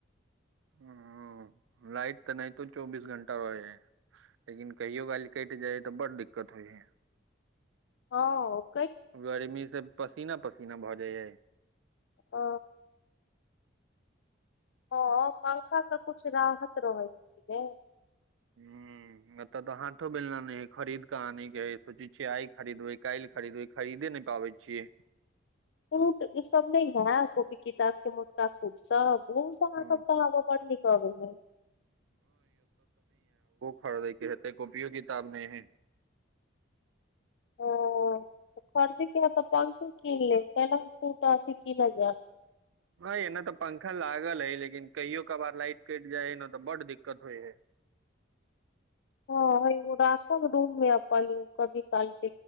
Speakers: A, on the right; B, on the left.
A: ह लाइट तऽ एनहितो चौबीस घंटा रहै है लेकिन कहियो काइल कटि जाइ है तऽ बड् दिक्कत होइ है
B: ह <unintelligible>
A: गर्मी से पसीना पसीना भऽ जाइय
B: ओ हँ पंखा त कुछ राहत रहै छै न
A: ह एतय तऽ हाथो बेलना नहि हइ खरीद कऽ आने के हइ सोचै छियै आइ खरीदबै काल्हि खरीदबै खरीदे नहि पाबै छियै
B: कूट ई सब नयि है कॉपी किताब के मोटका कूट सब ओ सब
A: हूँ
B: अहाँ के कह मे बढ़ नीक आबै है
A: खड़े के रहतै कॉपियो किताब नयि है
B: ओ त खरीदै है की ह तऽ पंखे कीन लेब पलंग कीत कीनल जैब
A: ह य न तऽ पंखा लागल है लेकिन कहियो कभार लाइट कटि जाय है न तऽ बड्ड दिक्कत होइ है
B: हँ ह ओ एगो राखब रूम मे अपन कथी कहै छै